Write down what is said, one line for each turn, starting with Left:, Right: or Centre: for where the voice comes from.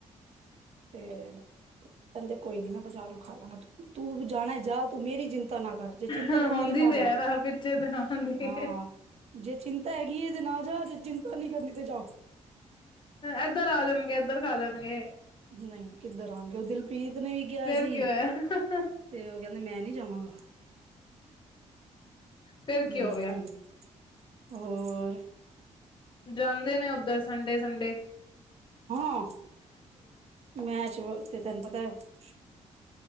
Right: ਤੇ ਕਹਿੰਦੇ ਕੋਈ ਨੀ ਮੈਂ ਬਜ਼ਾਰੋਂ ਖਾ ਲਾਂਗਾ ਤੂੰ ਜਾਣਾ? ਜਾ ਤੂੰ ਮੇਰੀ ਚਿੰਤਾ ਨਾ ਕਰ ਜੇ ਚਿੰਤਾ
Left: ਹਾਂ
Right: ਕਰਨੀ
Left: ਹੁੰਦੀ
Right: ਤੇ ਨਾ
Left: ਹੈ
Right: ਜਾ
Left: ਪਿੱਛੇ ਤੇ ਹੁੰਦੀ
Right: ਹਾਂ
Left: ਏ।
Right: ਜੇ ਚਿੰਤਾ ਹੈਗੀ ਹੈ ਤੇ ਨਾ ਜਾ। ਜੇ ਚਿੰਤਾ ਨੀ ਕਰਨੀ ਤੇ ਜਾਓ।
Left: ਇੱਧਰ ਆ ਜਾਣਗੇ ਇੱਧਰ ਖਾ ਲੈਣਗੇ।
Right: ਨਹੀਂ ਕਿੱਧਰ ਆਉਣਗੇ ਉਹ ਦਿਲਪ੍ਰੀਤ ਨੇ ਵੀ ਕਿਹਾ
Left: ਫੇਰ
Right: ਸੀ
Left: ਕੀ ਹੋਇਆ।
Right: ਤੇ ਉਹ ਕਹਿੰਦੇ ਮੈਂ ਨੀ ਜਾਵਾਂਗਾ
Left: ਫੇਰ
Right: ਹੂੰ
Left: ਕੀ ਹੋ
Right: ਹੂੰ।
Left: ਗਿਆ
Right: ਹੋਰ?
Left: ਜਾਂਦੇ ਨੇ ਉੱਧਰ ਸੰਡੇ ਸੰਡੇ।
Right: ਹਾਂ ਮੈਂਚ ਵ ਤੈਨੂੰ ਪਤਾ? ਪਤਾ।